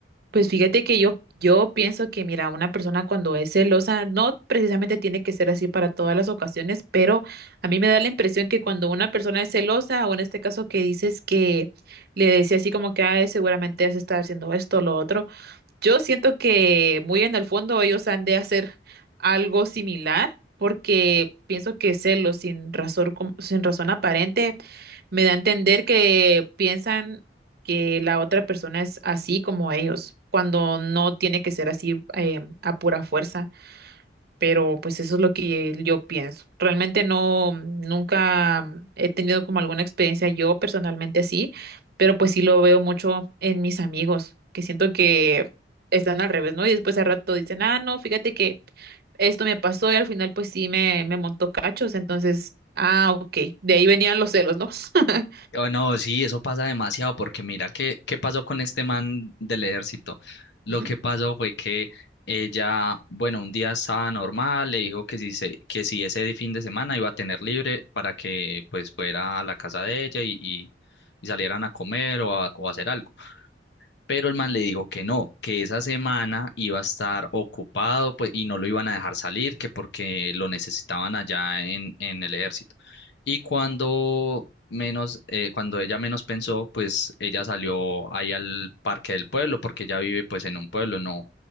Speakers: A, on the right (about 60°); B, on the left (about 70°).
A: Pues fíjate que yo, yo pienso que, mira, una persona cuando es celosa, no precisamente tiene que ser así para todas las ocasiones, pero a mí me da la impresión que cuando una persona es celosa, o en este caso que dices que le decía así como que, ay, seguramente has estado haciendo esto, lo otro. Yo siento que muy en el fondo ellos han de hacer algo similar porque pienso que celos sin razón, com- sin razón aparente me da a entender que piensan que la otra persona es así como ellos, cuando no tiene que ser así eh, a pura fuerza pero pues eso es lo que yo pienso. Realmente no, nunca he tenido como alguna experiencia yo personalmente así, pero pues sí lo veo mucho en mis amigos, que siento que están al revés, ¿no? Y después al rato dicen, ah, no, fíjate que esto me pasó y al final pues sí me, me montó cachos, entonces, ah, ok, de ahí venían los celos, ¿no? <laughs>
B: Oh, no, sí, eso pasa demasiado porque mira, ¿qué, qué pasó con este man del ejército? Lo
A: Ujú.
B: que pasó fue que ella, bueno, un día estaba normal, le dijo que si, se, que si ese fin de semana iba a tener libre para que pues fuera a la casa de ella y, y, y salieran a comer o a, o a hacer algo. Pero el man le dijo que no, que esa semana iba a estar ocupado pues, y no lo iban a dejar salir, que porque lo necesitaban allá en, en el ejército. Y cuando menos, eh, cuando ella menos pensó, pues ella salió ahí al parque del pueblo, porque ella vive pues en un pueblo, no,